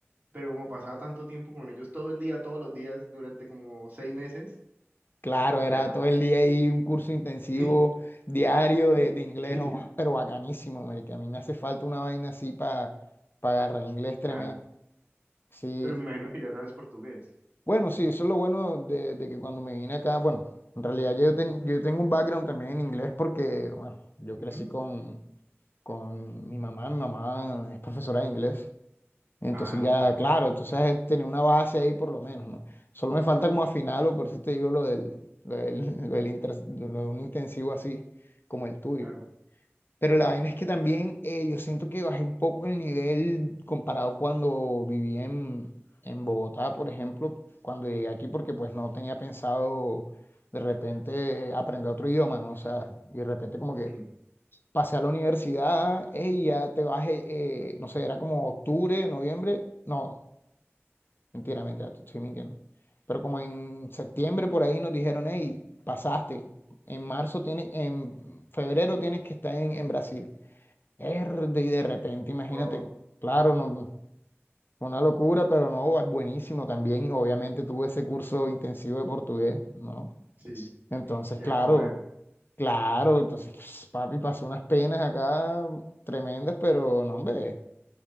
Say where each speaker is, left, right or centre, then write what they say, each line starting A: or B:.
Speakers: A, on the right; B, on the left.
A: Pero como pasaba tanto tiempo con ellos todo el día, todos los días, durante como seis meses,
B: Claro,
A: ya.
B: era todo el día ahí un curso intensivo
A: <laughs>
B: diario de, de inglés,
A: Sí,
B: oh, pero bacanísimo, marica. A mí me hace falta una vaina así para agarrar inglés tremendo.
A: claro.
B: Sí.
A: Pero me imagino que ya sabes portugués.
B: Bueno, sí, eso es lo bueno de, de que cuando me vine acá, bueno, en realidad yo, ten- yo tengo un background también en inglés porque, bueno, yo
A: Ujú.
B: crecí con, con mi mamá, mi mamá es profesora de inglés entonces
A: Ah, no,
B: ya, claro, entonces tenía una base ahí por lo menos, ¿no? Solo me falta como afinarlo, por eso te digo lo del, lo del, <laughs> lo del inter- lo de un intensivo así como el tuyo.
A: claro.
B: Pero la vaina es que también eh, yo siento que bajé un poco el nivel comparado cuando viví en, en Bogotá, por ejemplo, cuando llegué aquí, porque pues no tenía pensado de repente aprender otro idioma, ¿no? O sea, y de repente como que
A: Mm,
B: pasé a la universidad, ey, ya te bajé, eh, no sé, era como octubre, noviembre, no. Mentira, mentira, te estoy mintiendo. Pero como en septiembre por ahí nos dijeron, hey, pasaste. En marzo tienes, en febrero tienes que estar en, en Brasil. Erde, y de repente, imagínate,
A: Wow,
B: claro, no, fue una locura, pero no, bu- buenísimo también. Obviamente tuve ese curso intensivo de portugués, ¿no?
A: sí,
B: Entonces,
A: y
B: claro,
A: a correr.
B: claro, entonces, <sniffs> papi, pasé unas penas acá tremendas, pero no, hombre.